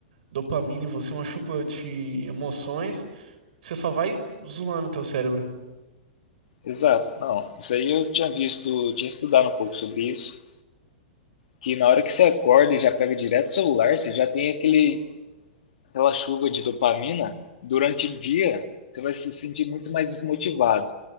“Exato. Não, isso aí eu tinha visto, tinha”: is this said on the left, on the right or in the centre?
Left